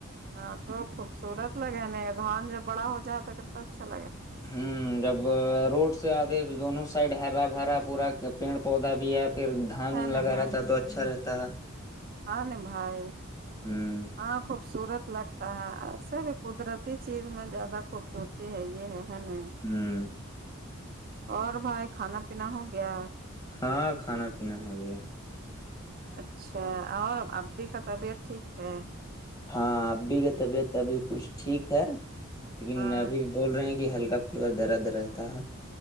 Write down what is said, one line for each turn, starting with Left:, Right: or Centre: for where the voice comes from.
Right: ہاں تو خوبصورت لگے نہیں دھان جب بڑا ہو جائے تو کتنا اچھا لگے
Left: ہوں جب وہ روڈ سے آتے دونوں سائڈ ہرا بھرا پورا پیڑ پودا بھی ہے پھر دھان
Right: ہے
Left: ون
Right: نا
Left: لگا
Right: بھائی
Left: رہا تھا تو اچھا رہ تا
Right: ہاں نہ بھائی
Left: ہوں
Right: ہاں خوبصورت لگ ہاں ایسے بھی قدرتی چیز میں زیادہ خوبصورتی ہے یہ ہے ہے نہ
Left: ہوں
Right: اور بھائی کھانا پینا ہو گیا
Left: ہاں کھانا پینا ہو گیا
Right: اچھا اور ابی کا طبیعت ٹھیک ہے
Left: ہاں ابی کا طبیعت ابھی کچھ ٹھیک ہے لیکن
Right: ہاں
Left: ابھی بول رہے ہیں کے ہلکا پھلکا درد رہتا